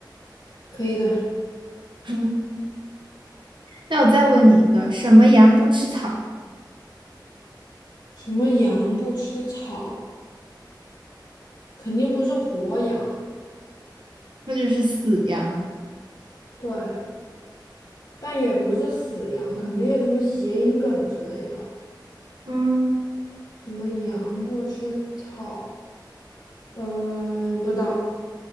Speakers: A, on the left; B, on the right.
A: 可以的。
B: <laughs> 嗯，那我再问你一个，什么羊不吃草？
A: 什么羊不吃草？肯定不是活羊，
B: 那就是死羊。
A: 对，但也不是死羊，肯定有什么谐音梗之类的。
B: 嗯，
A: 什么羊不吃草？嗯、不知道。